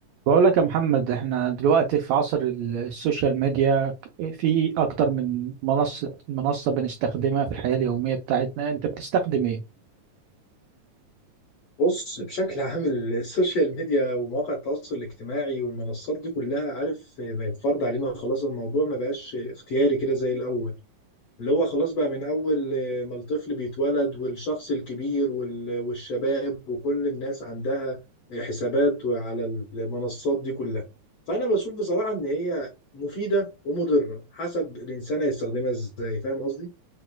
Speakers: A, on the right; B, on the left.
A: بقول لك يا محمد احنا دلوقتي في عصر ال- السوشيال ميديا في اكتر من منصة منصة بنستخدمها في الحياة اليومية بتاعتنا انت بتستخدم ايه
B: بص بشكل عام السوشيال ميديا ومواقع التواصل الاجتماعي والمنصات دي كلها عارف بقت فرض علينا خلاص الموضوع ما بقاش اختياري كده زي الأول اللي هو خلاص بقى من أول ما الطفل بيتولد والشخص الكبير وال- والشباب وكل الناس عندها حسابات على المنصات دي كلها فأنا بشوف بصراحة إن هي مفيدة ومضرة حسب الإنسان هيستخدمها إزاي فاهم قصدي؟